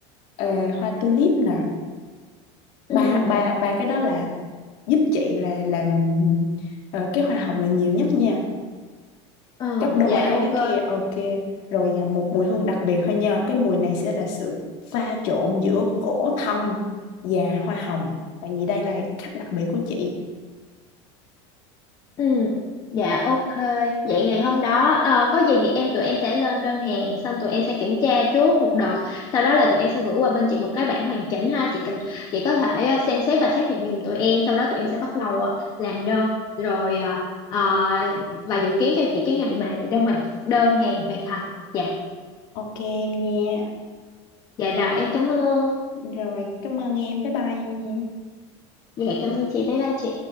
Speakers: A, on the left; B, on the left.
A: ờ, hoa tulip
B: Ừ,
A: nè
B: ừ,
A: ba ba ba cái đó là giúp chị là làm ờ, cái hoa hồng là nhiều nhất nha
B: ờ
A: gấp đôi
B: dạ
A: hai
B: ok.
A: cái kia ok rồi à, một mùi hương đặc biệt thôi nha cái mùi này sẽ là sự pha trộn giữa gỗ thông và hoa hồng tại vì đây là khách đặc biệt của chị
B: Ừ, dạ ok. Vậy ngày hôm đó ờ, có gì thì em tụi em sẽ lên đơn hàng xong tụi em sẽ kiểm tra trước một đợt. Sau đó là tụi em sẽ gửi qua bên chị một cái bản hoàn chỉnh ha. Chị cần chị có thể ờ, xem xét và xác nhận giùm tụi em. Sau đó tụi em sẽ bắt đầu ờ, làm đơn rồi ờ, ờ, và dự kiến cho chị cái ngày mà đơn hoàn đơn hàng hoàn thành. Dạ,
A: ok em nha
B: dạ rồi em cảm ơn.
A: rồi cảm ơn em bye bye em nha
B: Dạ cảm ơn chị. Bye bye chị.